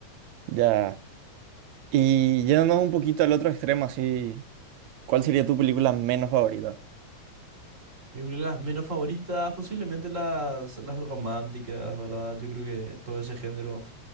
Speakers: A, on the right; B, on the right.
A: ya. Y yéndonos un poquito al otro extremo, así, ¿cuál sería tu película menos favorita?
B: Mis películas menos favoritas, posiblemente las, las románticas, ¿verdad? Yo creo que todo ese género